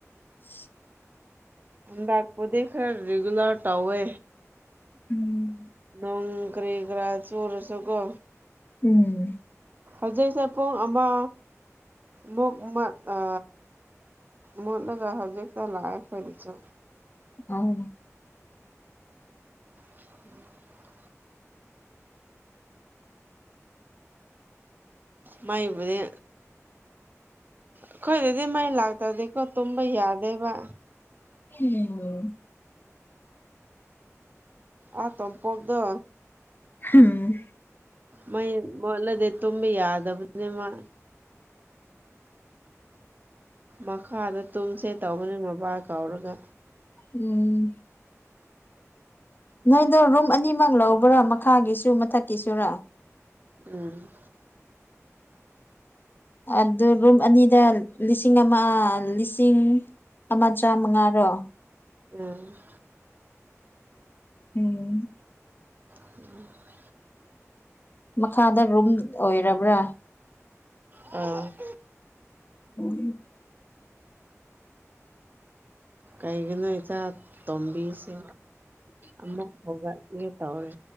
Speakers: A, on the left; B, on the right.
A: <unintelligible>
B: ꯂꯥꯛꯄꯗꯤ ꯈꯔꯥ ꯔꯤꯒꯨꯂꯔ ꯇꯧꯋꯦ
A: ꯎꯝ
B: ꯅꯣꯡꯒꯔꯤꯒ꯭ꯔꯥ ꯆꯔꯁꯨꯒꯣ
A: ꯎꯝ
B: ꯍꯧꯖꯤꯛꯁꯦ ꯄꯨꯡ ꯑꯃ ꯃꯨꯛ ꯃꯠ ꯑ ꯃꯨꯠꯂꯒ ꯍꯧꯖꯤꯛꯇ ꯂꯥꯛꯑꯦ ꯑꯩꯈꯣꯢꯒꯤꯁꯨ
A: ꯑ
B: <inaudible> ꯃꯥꯏꯕꯨꯗꯤ ꯑꯩꯈꯣꯏꯗꯗꯤ ꯃꯩ ꯂꯥꯛꯇ꯭ꯔꯗꯤꯀꯣ ꯇꯨꯝꯕ ꯌꯥꯗꯦꯕ
A: ꯎꯝ
B: ꯑ ꯇꯣꯡꯄꯣꯛꯇꯣ
A: ꯍꯨꯝ
B: ꯃꯩ ꯃꯣꯠꯂꯗꯤ ꯇꯨꯝꯕ ꯌꯥꯗꯕꯅꯦ ꯃꯥ ꯃꯈꯥꯗ ꯇꯨꯝꯁꯦ ꯇꯧꯕꯅꯦ ꯃꯕꯥ ꯀꯧꯔꯒ
A: ꯎꯝ ꯅꯣꯏꯗꯣ ꯔꯨꯝ ꯑꯅꯤꯃꯛ ꯂꯧꯕ꯭ꯔꯥ ꯃꯈꯥꯒꯤꯁꯨ ꯃꯊꯛꯀꯤꯁꯨꯔꯥ
B: ꯎꯝ
A: ꯑꯗꯨ ꯔꯨꯝ ꯑꯅꯤꯗ ꯂꯤꯁꯤꯡ ꯑꯃ ꯂꯤꯁꯤꯡ ꯑꯃ ꯆꯥꯝꯃꯉꯥꯔꯣ
B: ꯎꯝ
A: ꯎꯝ
B: <inaudible>
A: ꯃꯈꯥꯗ ꯔꯨꯝ ꯑꯣꯏꯔꯕ꯭ꯔꯥ
B: ꯑ
A: ꯎꯝ
B: ꯀꯩꯒꯤꯅꯣ ꯏꯆꯥ ꯇꯣꯝꯕꯤꯁꯦ ꯑꯃꯨꯛ ꯍꯧꯒꯠꯒꯦ ꯇꯧꯔꯦ